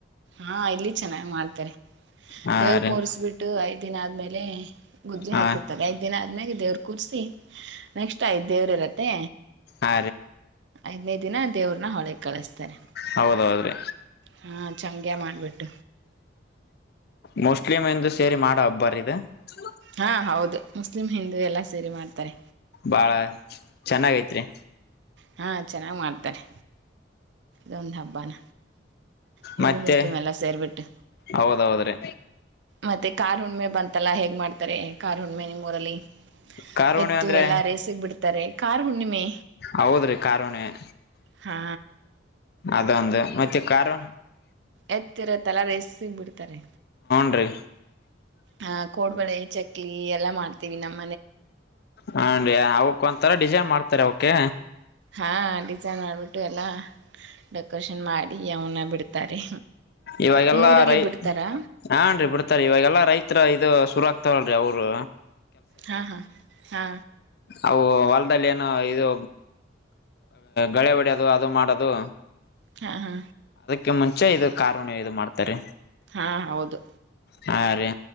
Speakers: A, on the right (about 70°); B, on the left (about 55°).
A: ಹಾ ಇಲ್ಲಿ ಚೆನ್ನಾಗ್ ಮಾಡ್ತಾರೆ
B: ಹಾ
A: ದೇವ
B: ರೀ
A: ಕೋರ್ರಿಸ್ಬಿಟ್ಟು ಆಯ್ತು ದಿನ ಆದ್ಮೇಲೆ ಗುದ್ಜ
B: ಹಾ
A: ಹಕಿರ್ತ ಐದಿನ ಆದ್ಮೇಲೆ ದವ್ರರು ಕೂರ್ಸಿ ನೆಕ್ಸ್ಟ್ ಆಯ ದೇವ್ರ ಇರತ್ತೆ
B: ಆ
A: ಐದನೇದು ದಿನಾ ಹೊಳ ಕಳಿಸತಾರೆ
B: ಹೌದೌದ್ರಿ
A: ಹ ಚಂಗ್ಯ ಮಾಡಿ ಬಿಟ್ಟ
B: ಮುಸ್ಲಿಮ್ ಹಿಂದ ಸೇರಿ ಮಾಡ ಒಬ್ಬರ ಇದೆ ತ
A: ಹಾ ಹೌದು ಮುಸ್ಲಿಂ ಹಿಂದೂ ಎಲ್ಲ ಸೇರಿ ಮಾಡ್ತಾರೆ
B: ಬಾಳ ಚೆನ್ನಾಗೈತ್ರಿ
A: ಹಾಂ ಚೆನ್ನಾಗಿ್ ಮಾಡ್ತಾರೆ ಇೊಂದು ಹಬ್ಬಾನ ಹಿಿಂದ
B: ಮತ್ತೆ
A: ಮುಸ್ಲಿೀಮ ಎಲ್ಲಾ ಸೇರಿಬಟ್ಟು
B: ಹೌದೌದ್ರಿ
A: ಮತ್ತೆ ಕಾರ್ ಹುಣ್ಣ್ಮೆ ಬಂತಲ್ಲ ಹೇಗೆ ಮಾಡ್ತಾರೆ ಕಾರ್ ಹುಣ್ಣ್ಮೆ ನಿಮ್ಮೂರಲ್ಲಿ
B: ಕಣಿವ
A: ಎತ್ತು
B: ಅಂದ್ರೆ
A: ಎಲ್ಲಾ ರೇಸಿಗ್ ಬಿಡ್ತಾರೆ ಕಾರ್ ಹುಣ್ಣಿಮೆ
B: ಹೌದ್ರಿ ಕಾರಣಿವ.
A: ಹಾ
B: ಅದೊಂದು ಮತ್ತೆ ಕಾರು
A: ಎತ್ತಿರತ್ತಲ್ಲಾರ ಎಸ್ಸಗ್ ಬಿಡ್ತಾರೆ
B: ನ್ರಿ
A: ಹ ಕೋಡ್ಬಳೆ ಚಕ್ಲಿ ಎಲ್ಲಾ ಮಾಡ್ತೀವಿ ನಮ್
B: ಹನ್ ಅವಕ್ ಒಂತರ ಡಿಸೈನ್ ಮಾಡ್ತ ರ ಓಕೆ
A: ಹಾ ಡಿಸೈನ್ ಮಾಡಬಿಟ್ಟು ಎಲ್ಲ ಡೆಕೋರೇಷನ್ ಮಾಡಿ ಅವನ್ನ ಬಿಡ್ತಾರೆ
B: ಇವಾಗೆಲ್ಲ
A: ನಿಮ್ಮೂರಲ್ಲಿ
B: ರೈ
A: ಬಿಡ್ತಾರಾ
B: ಹಾನ್ೀ ಬಿಡ್ತಾರೀ ಇವಾಗೆಲ್ಲಾ ರೈತರ ಇದು ಸುರಕ್ಷ ಹತವಲ್ರಿ ಅವ್ರು
A: ಹಾ ಹಾ ಹಾ
B: ಅವು ಹೊಲದಲ್ಲಿ ಏನು ಇದು ಗಳೆ ಹೊಡಿಯೋದು ಅದು ಮಾಡೋದು
A: ಹಾ ಹಾ
B: ೆ ಮುಂಚೆ ಇದು ಕಾರಣ ಇದು ಮಾಡ್ತಾರೆ
A: ಹಾ ಹೌದು
B: ಹಾ ರೀ